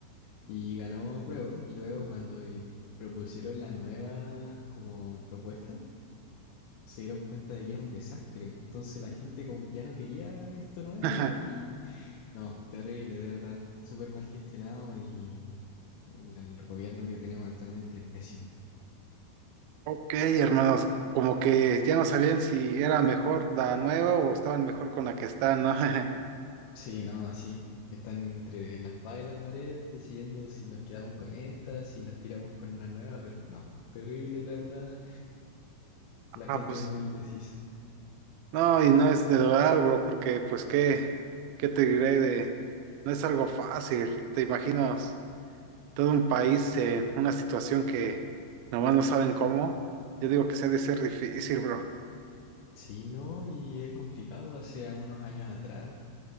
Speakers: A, on the left; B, on the right.
A: y ganó apruebo, y luego cuando y- propusieron la nueva como propuesta, se dieron cuenta de que era un desastre, entonces la gente como que ya no quería esto nuevo
B: <laughs>
A: y no, terrible, de verdad, súper mal gestionado y el el gobierno que tenemos actualmente es pésimo.
B: Ok, hermanos, como que ya no sabían si era mejor la nueva o estaban mejor con la que están, ¿no? <laughs>
A: Sí, no, así. Están entre la espada y la pared decidiendo si nos quedamos con esta, si nos tiramos con una nueva, pero no. Terrible, la verdad. La
B: Ah,
A: gente
B: pues
A: es muy indecisa.
B: no, y no es de dudar, bro, porque pues qué, qué te diré de, no es algo fácil, te imaginas todo un país en una situación que nomás no saben cómo, yo digo que se ha de ser difícil, bro.
A: Sí, no, y es complicado. Hace a unos años atrás